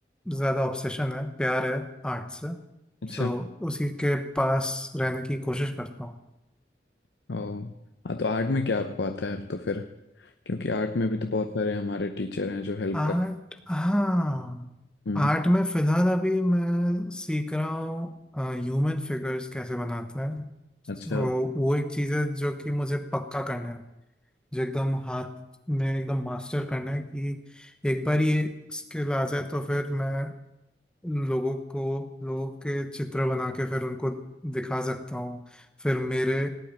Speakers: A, in the centre; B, on the left (about 80°).
A: ज़्यादा ऑब्सेशन है प्यार है आर्ट से
B: अच्छा
A: सो उसी के पास रहने की कोशिश करता हूँ
B: ओ हाँ तो आर्ट में क्या आपको आता है तो फिर क्योंकि आर्ट में भी तो बहुत सारे हमारे टीचर हैं जो हेल्प
A: आर्ट
B: कर
A: हाँ
B: हम्म
A: आर्ट में फिलहाल अभी मैं सीख रहा हूँ ह्यूमन फिगर्स कैसे बनाते हैं
B: अच्छा
A: तो वो एक चीज़ है जो कि मुझे पक्का करना है जो एकदम हाथ में एकदम मास्टर करना है कि एक बार ये स्किल आ जाए तो फिर मैं लोगों को लोगों के चित्र बना के फिर उनको दिखा सकता हूँ फिर मेरे